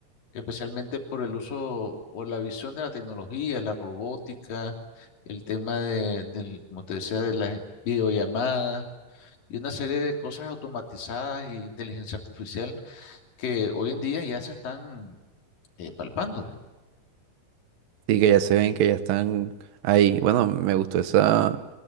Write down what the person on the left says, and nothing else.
especialmente por el uso o la visión de la tecnología, la robótica, el tema de, del, como te decía, de las videollamadas y una serie de cosas automatizadas y inteligencia artificial que hoy en día ya se están eh, palpando.